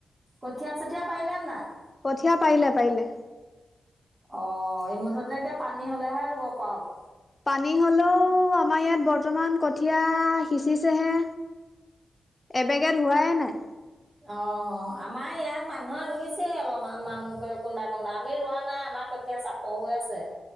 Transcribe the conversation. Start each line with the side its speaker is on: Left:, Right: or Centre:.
Right: কঠীয়া চঠীয়া পাৰিলা নে নাই
Left: কঠীয়া পাৰিলে পাৰিলে
Right: অ এই মুঠতে এতিয়া পানী হ'লেহে ৰুব পৱা হ'ব।
Left: পানী হ'লও আমাৰ ইয়াত বৰ্তমান কঠীয়া সিঁচিছেহে। এবেগেদ হোৱাই নাই।
Right: অ আমাৰ ইয়াত মানুহে ৰুইছেই অলমান মানুহকে কুনবাই কুনবাই আমি ৰোৱা নাই আমাৰ কঠীয়া চাপ। প হৈ আছে।